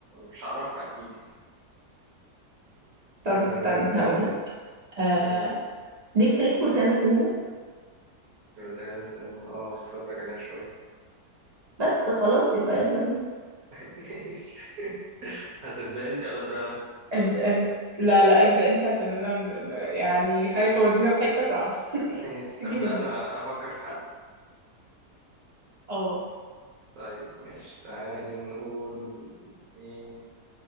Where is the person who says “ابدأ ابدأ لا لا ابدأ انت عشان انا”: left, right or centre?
Right